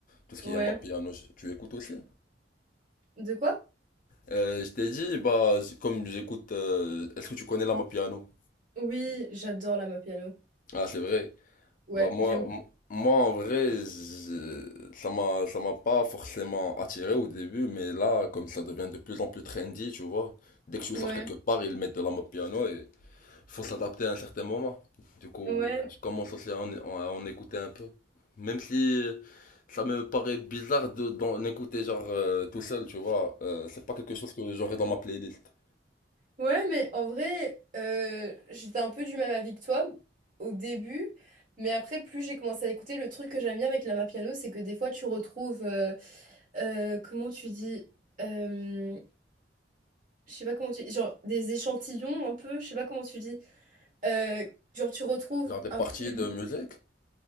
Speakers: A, on the left; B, on the right.
A: Tout ce
B: Ouais.
A: qui est Amar Piano, je- tu écoutes aussi.
B: De quoi?
A: Euh, je t'ai dit, bah, j- comme j'écoute. euh, est-ce que tu connais l'Amar Piano?
B: Oui, j'adore la Mapiano.
A: Ah, c'est vrai.
B: Ouais,
A: Bah moi,
B: j'aime.
A: m- moi en vrai, je- ça m'a, ça m'a pas forcément attiré au début, mais là, comme ça devient de plus en plus trendy, tu vois, dès que je
B: Ouais,
A: sors quelque part, ils mettent de la mode piano et faut s'adapter à un certain moment. Du coup,
B: ouais.
A: je commence aussi à en, à en écouter un peu. Même si ça me paraît bizarre de, d'en écouter genre euh, tout seul, tu vois, euh, c'est pas quelque chose que j'aurais dans ma playlist.
B: Ouais, mais en vrai, euh, j'étais un peu du même avis que toi au début, mais après, plus j'ai commencé à écouter, le truc que j'aime bien avec la piano, c'est que des fois, tu retrouves, euh, euh, comment tu dis, euh, je sais pas comment tu dis, genre des échantillons un peu, je sais pas comment tu dis, Euh, genre, tu retrouves
A: Genre des parties
B: un peu le...
A: de musique?